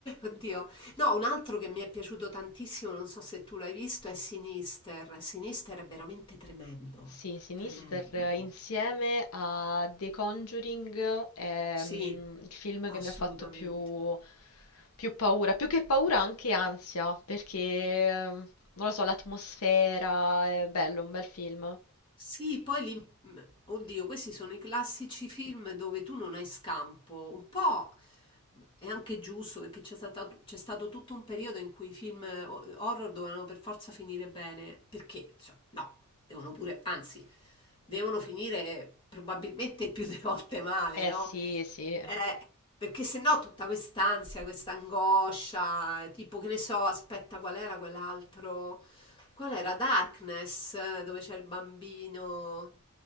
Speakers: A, on the left; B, on the left.
A: Oddio. No, un altro che mi è piaciuto tantissimo, non so se tu l'hai visto, è Sinister. Sinister è veramente tremendo.
B: sì, Sinister
A: Tremendo.
B: eh, insieme a The Conjuring è
A: Sì,
B: mm, il film
A: assolutamente.
B: che mi ha fatto più, più paura, più che paura anche ansia, perché eh, non lo so, l'atmosfera è bello, un bel film.
A: Sì, poi l'im- mm, oddio, questi sono i classici film dove tu non hai scampo. Un po' è anche giusto perché c'è stata- c'è stato tutto un periodo in cui i film eh, ho- horror dovevano per forza finire bene, perché, cioè, no, devono pure, anzi, devono finire probabilmente più delle volte male,
B: Eh
A: no?
B: sì, sì.
A: Eh, perché se no tutta quest'ansia, questa angoscia, tipo che ne so, aspetta, qual era quell'altro? Qual era? Darkness, dove c'è il bambino